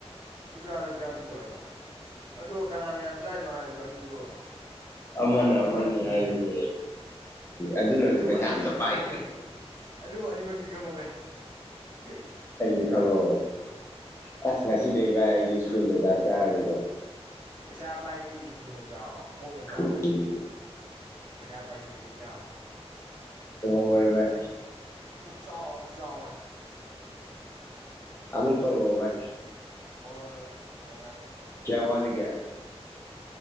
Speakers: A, on the right; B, on the left.
A: ꯈꯨꯖꯥ ꯂꯛꯆꯥꯥꯗꯨꯕꯨ ꯑꯣꯏꯕ ꯑꯗꯣ ꯀꯅꯥꯅ ꯌꯥꯝ ꯆꯥꯏꯅꯣ ꯍꯥꯏꯔꯁꯨ ꯑꯅꯤꯗꯣ
B: ꯑꯃꯅ
A: ꯃꯥꯅꯅꯤ
B: ꯑꯃꯅꯤ
A: ꯃꯥꯅꯅꯤ
B: ꯍꯥꯏꯅꯤꯌ‌ꯦ
A: ꯍꯥꯏꯅꯩꯅꯦ
B: ꯑꯗꯨꯅꯅꯤ
A: ꯑꯗꯨꯕꯨ
B: ꯄꯩꯁꯥ
A: ꯑꯅꯤꯃꯛꯇꯤ
B: ꯑꯃꯇ
A: ꯈꯪꯍꯧꯔꯦ
B: ꯄꯥꯏꯗ꯭ꯔꯤꯗꯎ
A: ꯑꯗꯨꯕꯨ ꯑꯅꯤꯃꯛꯇꯤ ꯈꯪꯍꯧꯔꯦ <unintelligible>
B: ꯑꯩꯗꯤ ꯈꯪꯉꯧꯔ‌ꯦ ꯑꯁ ꯉꯁꯤꯗꯩ ꯕꯥꯢ ꯑꯩꯁꯨ <unintelligible> ꯆꯥꯛ ꯆꯥꯔꯅꯤꯀꯣ
A: ꯄꯩꯁꯥ ꯄꯥꯏꯒꯦꯗꯤ ꯏꯁꯄꯨꯟꯗ ꯆꯥꯎ ꯐꯣꯛꯅ ꯆꯥꯎ
B: ꯎꯝ
A: ꯄꯩꯁꯥ ꯄꯥꯏꯅꯤꯡꯉꯗꯤ ꯏꯇꯥꯎ
B: ꯍꯣꯍꯣꯏ ꯕꯥꯏ꯫
A: ꯆꯥꯎꯅꯥ ꯆꯥꯎꯅ
B: ꯑꯃꯨꯛ ꯇꯧꯔꯛꯑꯣ ꯚꯏ
A: ꯍꯣꯏ ꯍꯣꯏ ꯍꯣꯏ ꯇꯧꯔꯛꯑꯒꯦ ꯃꯔꯨꯞ
B: ꯀꯌꯥ ꯋꯥꯠꯂꯤꯒꯦ
A: ꯎꯝ